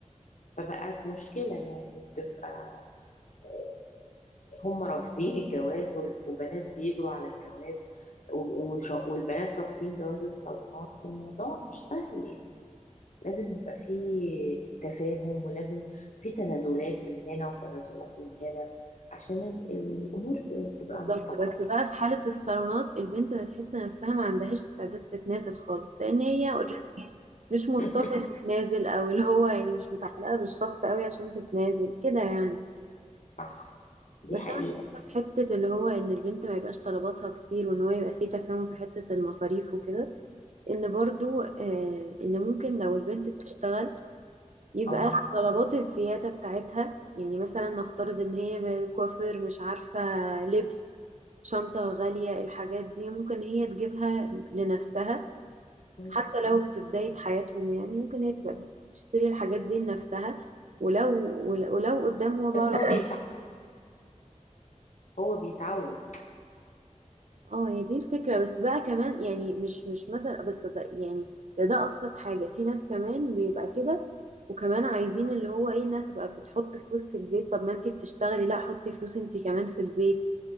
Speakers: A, on the left; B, on the right.
A: فبقت مشكلة يعني بتبقى آه، هم رافضين الجواز وال- وبنات بيجروا على الجواز و- وش- والبنات رافضين جواز الصالونات فالموضوع مش سهل يعني لازم يبقى فيه تفاهم ولازم في تنازلات من هنا وتنازلات من هنا عشان ال- الأمور تبقى
B: بالظبط
A: مستقرة
B: بس بقى في حالة الصالونات البنت بتحس نفسها ما عندهاش استعداد تتنازل خالص لأن هي
A: <laughs>
B: مش مضطرة
A: نهائي
B: تتنازل او اللي هو يعني مش متعلقة بالشخص قوي عشان تتنازل كده يعني
A: صح دي
B: بس
A: حقيقة
B: انا شايفة في حتة اللي هو ان البنت ما يبقاش طلباتها كتير وان هو يبقى فيه تفاهم في حتة المصاريف وكده ان برضو آه ان ممكن لو البنت بتشتغل يبقى
A: اه
B: طلبات الزيادة بتاعتها يعني مثلا نفترض ان هي كوافير مش عارفة لبس شنطة غالية الحاجات دي ممكن هي تجيبها لنفسها
A: مم.
B: حتى لو في بداية حياتهم يعني ممكن هي تبقى بتشتري الحاجات دي لنفسها ولو ولو ولو قدام هو بقى
A: بس
B: رب-
A: هو بيتعود هو بيتعود
B: اه هي دي الفكرة بس بقى كمان يعني مش مش مثلا بس ده يعني ده ده أبسط حاجة في ناس كمان بيبقى كده وكمان عايزين اللي هو ايه انها تبقى بتحط فلوس في البيت طب ما انتي بتشتغلي لا حطي فلوس انتي كمان في البيت